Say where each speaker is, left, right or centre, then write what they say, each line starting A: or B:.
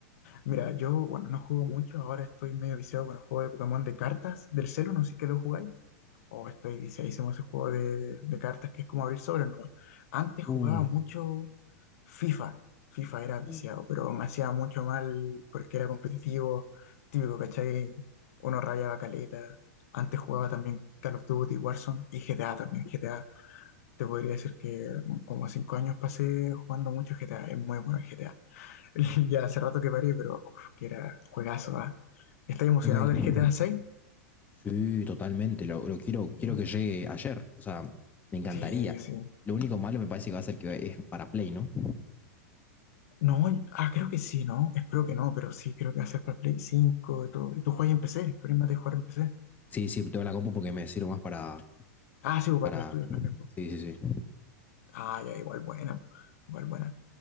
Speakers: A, on the left; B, on the left.
A: Mira, yo, bueno, no juego mucho. Ahora estoy medio viciado con el juego de Pokémon de cartas. Del celu, no sé qué lo jugáis. O estoy viciadísimo a ese juego de, de cartas que es como abrir sobres, ¿no? Antes jugaba
B: Uh,
A: mucho FIFA. FIFA era
B: uh,
A: viciado, pero me hacía mucho mal porque era competitivo, típico, ¿cachai? Uno rayaba caleta. Antes jugaba también Call of Duty, Warzone y GTA también. GTA, te podría decir que como cinco años pasé jugando mucho GTA. Es muy bueno el GTA. <laughs> Ya hace rato que paré, pero uf, que era juegazo, ¿ah? ¿Estás emocionado
B: ok.
A: del GTA seis
B: Sí, totalmente. Lo, lo quiero,
A: Sí,
B: quiero que llegue ayer. O sea, me encantaría.
A: sí, sí.
B: Lo único malo me parece que va a ser que es para Play, ¿no?
A: No, y- ah, creo que sí, ¿no? Espero que no, pero sí, creo que va a ser para Play 5 y todo. Y tú juegas en PC, tú eres más de jugar en PC.
B: Sí, sí, tengo la compu porque me sirve más para,
A: Ah, sí, pues,
B: para.
A: para tus estudios también, pues.
B: Sí, sí, sí.
A: Ah, ya, igual buena, po. igual buena.